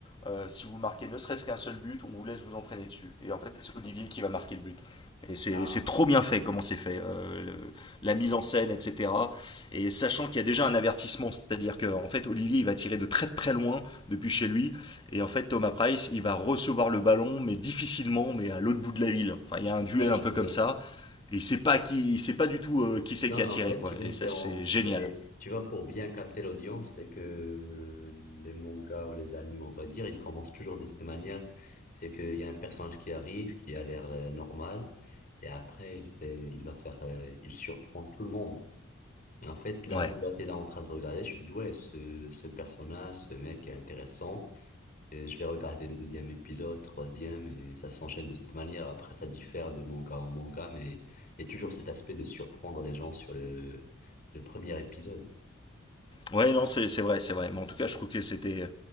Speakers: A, on the left; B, on the left.
A: euh, si vous marquez ne serait-ce qu'un seul but, on vous laisse vous entraîner dessus. Et en fait, c'est Olivier qui va marquer le but. Et c'est
B: Ah,
A: c'est trop bien fait comment c'est fait, euh, le- la mise en scène, etc. Et sachant qu'il y a déjà un avertissement, c'est-à-dire que en fait Olivier il va tirer de très très loin depuis chez lui, et en fait Thomas Price il va recevoir le ballon mais difficilement, mais à l'autre bout de la ville. Enfin il y a un duel
B: ouais,
A: un
B: je
A: peu
B: vois
A: comme
B: bien.
A: ça, il sait pas qui, il sait pas du tout euh, qui c'est
B: Non,
A: qui
B: mais
A: a tiré
B: en fait,
A: quoi.
B: tu vois,
A: Et
B: c'est
A: ça
B: en,
A: c'est génial.
B: les- tu vois, pour bien capter l'audience, c'est que euh, les mangas ou les animes, on va dire, ils commencent toujours de cette manière. C'est qu'il y a un personnage qui arrive, qui a l'air euh, normal, et après, il fait- il va faire, euh, il surprend tout le monde. Et en fait, là,
A: Ouais.
B: toi, t'es là en train de regarder, je te dis, ouais, ce, ce personnage, ce mec est intéressant, et je vais regarder le deuxième épisode, troisième, et ça s'enchaîne de cette manière. Après, ça diffère de manga en manga, mais il y a toujours cet aspect de surprendre les gens sur le, le premier épisode.
A: Ouais non c'est c'est vrai c'est vrai. Mais en tout cas je trouve que c'était